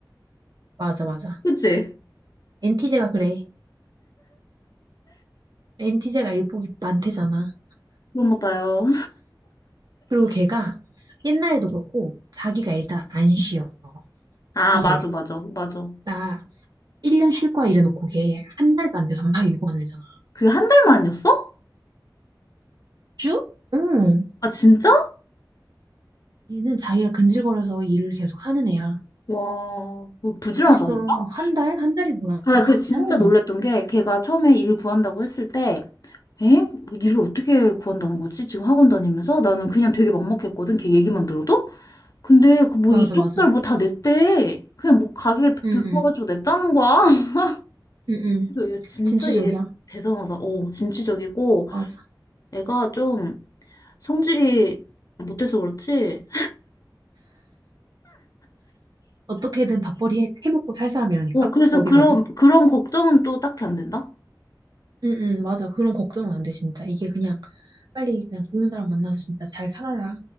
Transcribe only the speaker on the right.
맞아, 맞아.
엔티제가 그래. 엔티제가 일복이 많대잖아.
그리고 걔가 옛날에도 그렇고 자기가 일단 안 쉬어,
일을.
나 1년 쉴 거야 이래놓고 걔 한 달도 안 돼서 막 일고 하는 애잖아.
주? 응.
얘는 자기가 근질거려서 일을 계속 하는 애야.
그랬어. 한 달? 한 달이 뭐야?
응.
맞아,
맞아.
응, 응,
응, 응.
진취적이야.
맞아.
어떻게든 밥벌이 해, 해먹고 살 사람이라니까?
어디
가든.
응, 응, 맞아. 그런 걱정은 안 돼, 진짜. 이게 그냥 빨리 그냥 좋은 사람 만나서 진짜 잘 살아라.